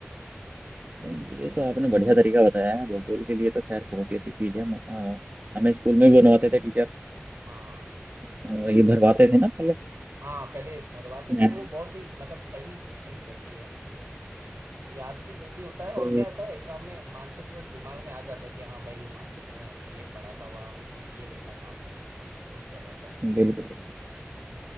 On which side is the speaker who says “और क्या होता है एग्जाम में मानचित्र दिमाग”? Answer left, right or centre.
Right